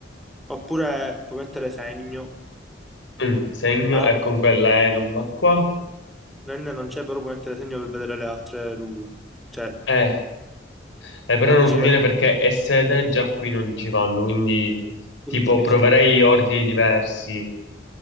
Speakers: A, in the centre; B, on the left.
A: Oppure puoi mettere segno.
B: Mm, segno,
A: Ah,
B: e con quella E non va qua.
A: N non c'è, però puoi mettere segno per vedere le altre due. Cioè,
B: E. Eh, però
A: la
B: non
A: G,
B: conviene perché è sede, già qui non ci vanno, quindi
A: quindi
B: tipo
A: tu dici...
B: proverei ordini diversi,